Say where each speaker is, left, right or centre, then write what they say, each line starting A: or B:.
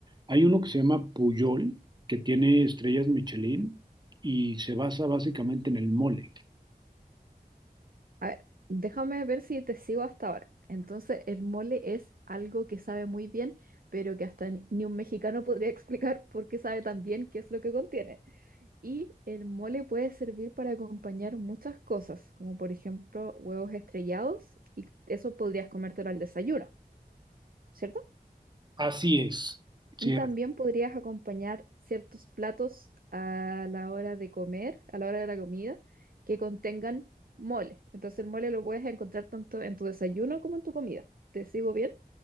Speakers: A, on the right; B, on the right.
A: Hay uno que se llama Puyol, que tiene estrellas Michelin y se basa básicamente en el mole.
B: A ver, déjame ver si te sigo hasta ahora. Entonces, el mole es algo que sabe muy bien, pero que hasta ni ni un mexicano podría <laughs> explicar por qué sabe tan bien qué es lo que contiene. Y el mole puede servir para acompañar muchas cosas, como por ejemplo huevos estrellados, y eso podrías comértelo al desayuno, ¿cierto?
A: Así es, sí,
B: Y también podrías acompañar ciertos platos a la hora de comer, a la hora de la comida, que contengan mole. Entonces el mole lo puedes encontrar tanto en tu desayuno como en tu comida. ¿Te sigo bien?